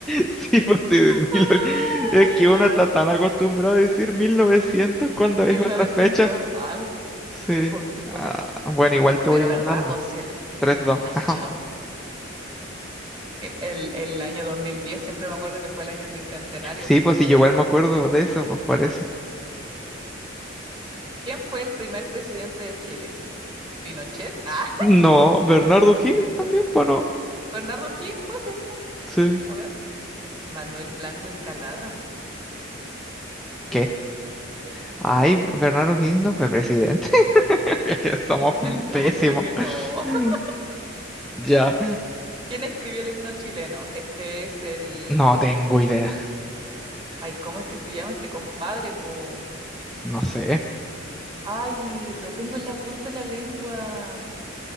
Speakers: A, in the centre; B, on the right (about 25°).
A: Sí, pues sí, del
B: Ah,
A: mil... Es que uno está tan acostumbrado a decir 1900 cuando
B: 1900
A: es otra fecha.
B: algo.
A: Sí.
B: Sí, pues, sí, pues.
A: Ah, bueno, igual te
B: Pero
A: voy
B: verdad,
A: ganando.
B: pues, sí, el,
A: Tres dos.
B: <laughs>
A: <laughs> Ajá.
B: ya. El, el año 2010, siempre me acuerdo que fue el año del bicentenario,
A: Sí,
B: pues.
A: pues sí, yo igual me acuerdo de eso, pues, por eso.
B: ¿Quién fue el primer presidente de Chile? ¿Pinochet? Ah,
A: No, Bernardo Higgins también, pues no.
B: <laughs> Bernardo O'Higgins fue, ¿cierto?
A: Sí.
B: A ver, Manuel Blanco Encalada.
A: ¿Qué? Ay, Bernardo Higgins no fue presidente. <laughs> Es que somos
B: <laughs> No,
A: pésimos.
B: creo que no.
A: <laughs>
B: <laughs>
A: Ya.
B: ¿Quién escribió el himno chileno? Este es el...
A: No tengo idea.
B: Ay, ¿cómo es que se llama este compadre, po?
A: No sé,
B: Ay, lo tengo en la punta de la lengua.